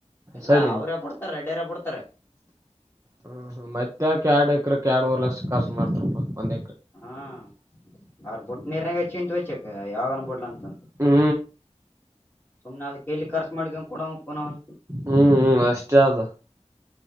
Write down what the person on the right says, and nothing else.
ಸೈಡ್
ಹ ಹ ಮತ್ತೆಕ ಆಡ ಅಕ್ರಕ್ಕೆ ಎಡು ಮೂರು ಲಕ್ಷಖರ್ಚು ಮಾಡ್ತಾರಪ್ಪ ಒಂದ
ಹ್ಮ್
ಹ್ಮ್ ಹ್ಮ್ ಅಷ್ಟೇ ಅದ